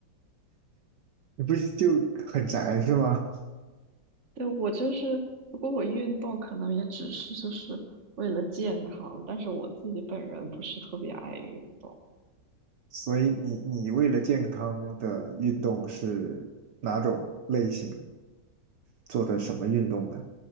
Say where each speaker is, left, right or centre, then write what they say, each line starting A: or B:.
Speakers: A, on the right; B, on the right.
A: 你不是就很宅是吗？
B: 对，我就是，如果我运动，可能也只是就是为了健康，但是我自己本人不是特别爱运动。
A: 所以你你为了健康的运动是哪种类型？做的什么运动呢？